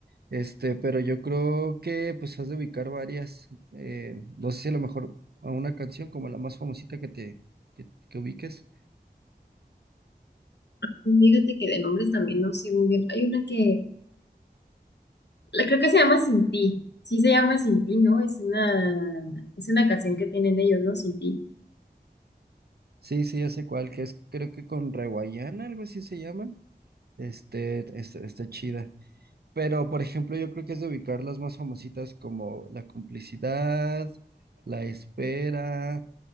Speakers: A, on the right (about 70°); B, on the left (about 85°).
A: Este, pero yo creo que pues has de ubicar varias, eh, no sé si a lo mejor a una canción como la más famosita que te que, que ubiques.
B: Fíjate que de nombres también no sé muy bien. Hay una que, la creo que se llama Sin Ti. Sí se llama Sin Ti, ¿no? Es una, es una canción que tienen ellos, ¿no? Sin Ti.
A: Sí, sí, ya sé cuál, que es creo que con Reguayana, algo así se llaman. Este, este, está chida. Pero, por ejemplo, yo creo que es de ubicar las más famositas como La Complicidad, La Espera,